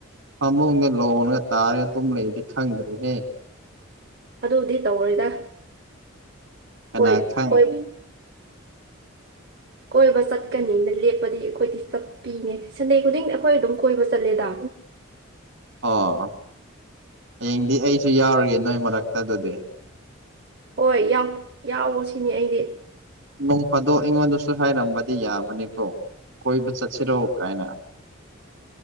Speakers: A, on the right; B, on the right.
A: ꯐꯃꯨꯡꯗ ꯂꯣꯟꯉꯒ ꯇꯥꯔꯒ ꯑꯗꯨꯨꯝ ꯂꯩꯗꯤ ꯈꯪꯗ꯭ꯔꯦꯍꯦ
B: ꯑꯗꯨꯗꯤꯠ ꯇꯧꯔꯣꯏꯗ
A: ꯀꯅꯥ
B: ꯀꯣꯏ
A: ꯈꯪ
B: ꯀꯣꯏꯒꯤ ꯀꯣꯏꯕ ꯆꯠꯀꯅꯤꯅ ꯂꯦꯞꯄꯗꯤ ꯑꯩꯈꯣꯏꯗꯤ ꯆ ꯄꯤꯅꯦ ꯁꯟꯗꯦ ꯈꯨꯗꯤꯡ ꯑꯩꯈꯣꯏ ꯑꯗꯨꯝ ꯀꯣꯏꯕ ꯆꯠꯂꯦꯗ
A: ꯑꯣ ꯍꯌꯦꯡꯗꯤ ꯑꯩꯁꯨ ꯌꯥꯎꯔꯒꯦ ꯅꯣꯏ ꯃꯔꯛꯇ ꯑꯗꯨꯗꯤ
B: ꯍꯣꯏ ꯌꯥꯎꯑꯣ ꯁꯤꯅꯤ ꯑꯩꯗꯤ
A: ꯅꯣꯡꯐꯥꯗꯣꯛ ꯑꯩꯉꯣꯟꯗꯁꯨ ꯍꯥꯏꯔꯝꯕꯗꯤ ꯌꯥꯕꯅꯤꯀꯣ ꯀꯣꯏꯕ ꯆꯠꯁꯤꯔꯣ ꯀꯥꯏꯅ